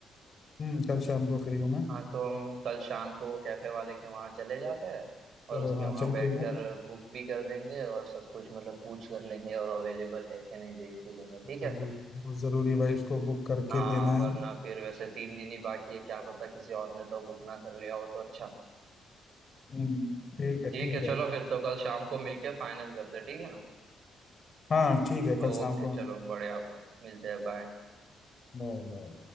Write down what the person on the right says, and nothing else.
हाँ तो हम कल शाम को कैफे वाले के वहाँ चले जाते हैं और
उसके
वहाँ
बैठकर
बुक भी कर देंगे और सब कुछ मतलब पूछ कर लेंगे और अवेलेबल है कि नहीं देख भी लेंगे ठीक है
हाँ
वरना फिर वैसे तीन दिन ही बाकी है क्या पता किसी और ने तो बुक ना कर लिया हो तो अच्छा
ठीक
है चलो
फिर तो कल शाम को मिलके फाइनल करते हैं ठीक है ना
ओके
चलो बढ़िया भाई मिलते हैं बाय